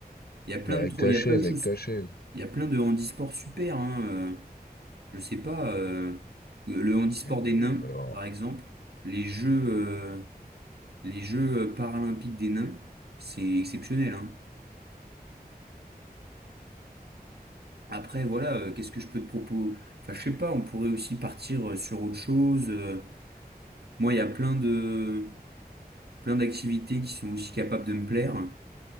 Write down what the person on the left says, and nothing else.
Avec
ta
chaise,
avec ta chaise.
Euh,
alors.